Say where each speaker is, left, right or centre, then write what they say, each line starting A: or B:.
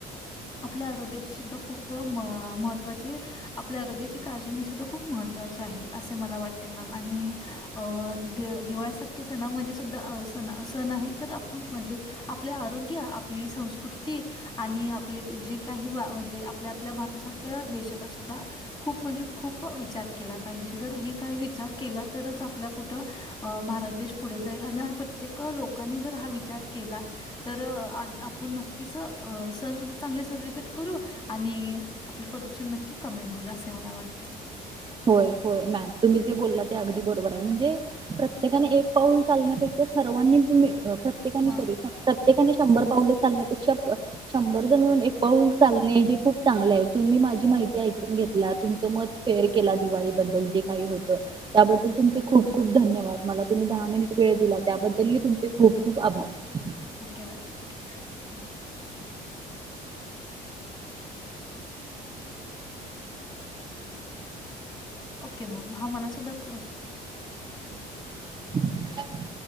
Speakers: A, on the left (about 25°); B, on the right (about 25°).
A: आपल्या आरोग्याची सुद्धा खूप महत्वाची आपल्या आरोग्याची काळजी घे सुद्धा खूप महत्त्वाचे आहे असे मला वाटते मॅम आणि अ दि दिवाळीसारख्या सणामध्ये सुद्धा स सण आहे तर आपण मजे आपले आरोग्य आपली संस्कृती आणि आपले जे काही वा म्हणजे आपल्या आपल्या भारतासारख्या देशाचा सुद्धा खूप म्हणजे खूप विचार केला पाहिजे जर हे काही विचार केला तरच आपला कुठ अ भारत देश पुढे जाईल आणि प्रत्येक लोकांनी जर हा विचार केला तर आ आपण नक्कीच सण सुद्धा चांगले सेलिब्रेट करू आणि आपल प्रदूषण नक्की कमी होईल असे मला वाटत. <inaudible>
B: होय होय मॅम तुम्ही जे बोललात ते अगदी बरोबर आहे म्हणजे प्रत्येकाने एक पाऊल चालण्यापेक्षा सर्वांनी तुमी प्रत्येकाने
A: मग
B: सॉरी प्रत्येकाने शंभर पाऊले चालण्यापेक्षा शंभर जण मिळून एक पाऊल चालणे हे खूप चांगले आहे तुम्ही माझी
A: हो,
B: माहिती ऐकून घेत ला तुमच मत फेर केला दिवाळीबद्दल जे काही होत त्याबद्दल तुमचे खूप खूप धन्यवाद. मला तुम्ही दहा मिनिट वेळ दिला त्याबद्दलही तुमचे खूप खूप आभार
A: ओके मॅम ओके हा थँक्यू ह ओके मॅम हा मला सुद्धा
B: <inaudible>